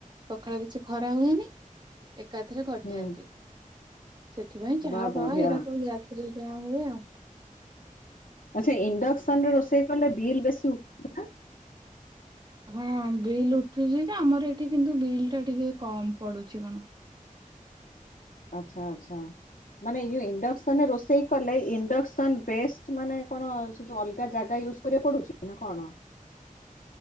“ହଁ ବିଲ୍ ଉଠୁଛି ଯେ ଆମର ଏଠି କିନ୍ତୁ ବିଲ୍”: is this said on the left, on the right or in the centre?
Right